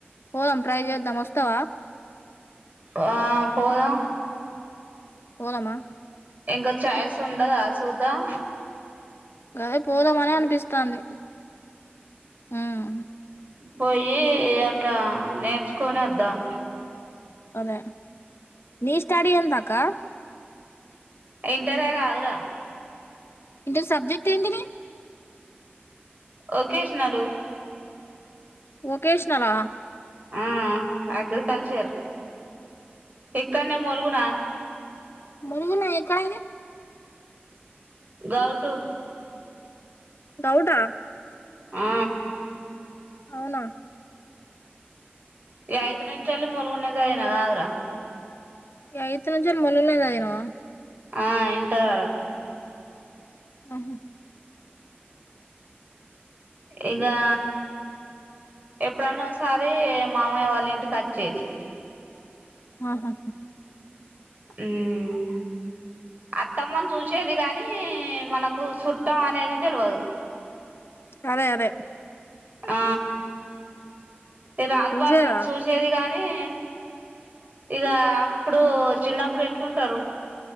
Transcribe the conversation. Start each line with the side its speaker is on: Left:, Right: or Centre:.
Left: పోదాం ట్రై చేద్దాం, వస్తావా.
Right: ఆ పోదాం.
Left: పోదామా.
Right: ఇంకా ఛాయిస్ ఉండదా సుద్దాం.
Left: గదే పోదామనే అనిపిస్థాంది. ఉమ్మ్.
Right: పోయ్యి అట్లా నేర్చుకొని అద్దాం.
Left: అదే. నీ స్టడీ ఎందాకా.
Right: ఇంటర్ గాదుర.
Left: ఇంటర్ సబ్జెక్ట్ ఏంటిది.
Right: ఓకేష్నాలు.
Left: ఒకేషనల్ ఆ.
Right: ఆ అగ్రికల్చర్. ఇక్కడ్నే మూలుగునా.
Left: ములుగున ఎక్కడది.
Right: గౌటు.
Left: గౌటా.
Right: ఆ.
Left: అవునా.
Right: య్యాయిత్ నుంచెల్లి, ములుగుల్నే చదివినవ్ కద్రా.
Left: య్యాయిత్ నుంచెల్లి ముల్గుల్నే చదివినవ.
Right: ఆ ఇంటర్ వరకు.
Left: ఆహుమ్.
Right: ఇగా ఎప్పుడన్నా ఓసారి, మామయ్య వాళ్ళ ఇంటికి అచ్చేది.
Left: ఆహా.
Right: ఉమ్మ్ అత్తమ్మను చూసేది కానీ, మనకు సుట్టం అనేది తెల్వదు.
Left: అదే అదే.
Right: ఆ. ఈ రాగ్
Left: చూసేదా
Right: బాబాయి నీ, సుచేది కాగానీ. కానీ ఇక అప్పుడు చిన్నప్పుడు ఎట్లుంటారు